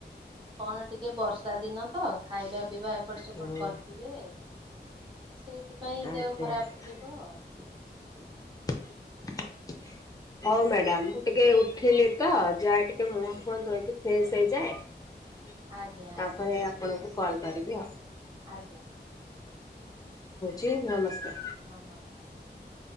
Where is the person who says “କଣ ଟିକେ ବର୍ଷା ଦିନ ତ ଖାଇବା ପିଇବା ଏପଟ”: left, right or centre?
Right